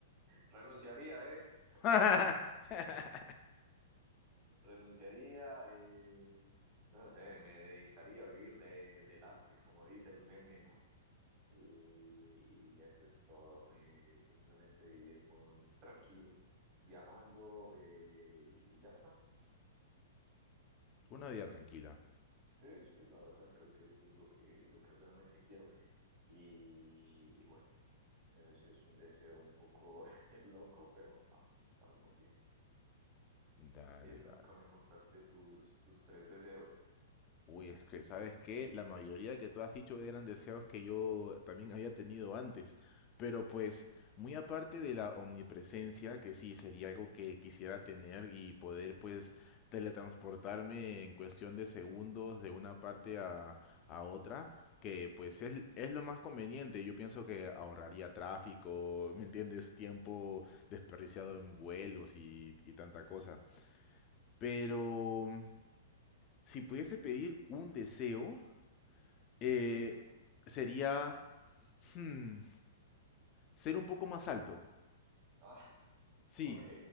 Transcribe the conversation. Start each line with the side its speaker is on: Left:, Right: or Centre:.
Right: Renunciaría, ¿eh?
Left: <laughs>
Right: Renunciaría, eh, no sé, me dedicaría a vivir de, del arte, como dice el meme, ¿no? Y, y eso es todo, eh, simplemente vivir mon- tranquilo, viajando eh, y ya está.
Left: Una vida tranquila.
Right: Sí, sí, la verdad creo que eso es lo que, lo que realmente quiero. Y, y bueno, eso es un deseo un poco <laughs> loco, pero va, está muy bien.
Left: Dale,
Right: Oye, tú
Left: dale.
Right: nunca me contaste tus, tus tres deseos.
Left: Uy, es que, ¿sabes qué? La mayoría que tú has dicho eran deseos que yo también había tenido antes. Pero pues, muy aparte de la omnipresencia, que sí sería algo que quisiera tener y poder pues teletransportarme en cuestión de segundos
Right: Ujú,
Left: de una parte a, a otra,
Right: la otra.
Left: que pues es, es lo más conveniente. Yo pienso que ahorraría tráfico, ¿me entiendes? Tiempo desperdiciado en vuelos y, y tanta cosa. Pero Si pudiese pedir un deseo, eh,
Right: Sí.
Left: sería hmm, ser un poco más alto.
Right: Ah, <laughs>
Left: Sí,
Right: ok,